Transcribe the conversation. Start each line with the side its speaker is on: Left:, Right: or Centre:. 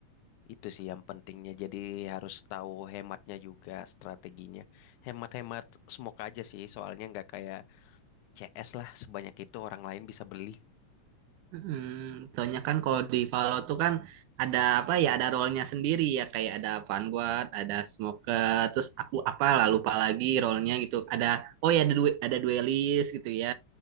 Left: itu sih yang pentingnya. Jadi harus tahu hematnya juga strateginya. Hemat-hemat smoke aja sih soalnya nggak kayak CS lah sebanyak itu orang lain bisa beli.
Right: Hmm, soalnya kan kalau di Valor tuh kan ada apa ya ada role-nya sendiri ya kayak ada Vanguard, ada Smoker, terus aku apa lah lupa lagi role-nya gitu. Ada oh ya ada due, ada duelist gitu ya.